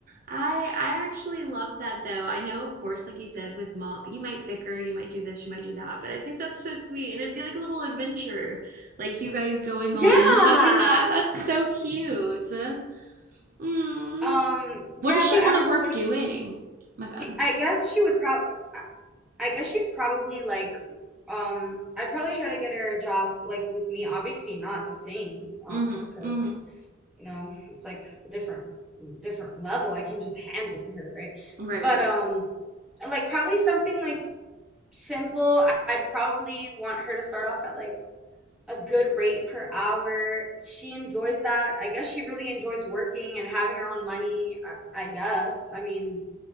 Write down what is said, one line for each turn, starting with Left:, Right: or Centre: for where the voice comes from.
Right: I I actually love that though. I know, of course, like you said, with mom, you might bicker, you might do this, you might do that, but I think that's so sweet. And it'd be like a little adventure, like you guys going
Centre: Yeah.
Right: on and having that. That's so cute. Mm.
Centre: Um, yeah,
Right: What does she
Centre: but
Right: want
Centre: I don't
Right: to work
Centre: know what he,
Right: doing? My bad.
Centre: she I guess she would prob I I guess she'd probably like um I'd probably try to get her a job like with me. Obviously not the same, um,
Right: Mm-hmm.
Centre: because
Right: Mm-hmm.
Centre: you know, it's like a different different level. I can just hand it to her, right?
Right: Right,
Centre: But
Right: right, right.
Centre: um like probably something like simple. I- I'd probably want her to start off at like a good rate per hour. She enjoys that. I guess she really enjoys working and having her own money. I, I guess. I mean,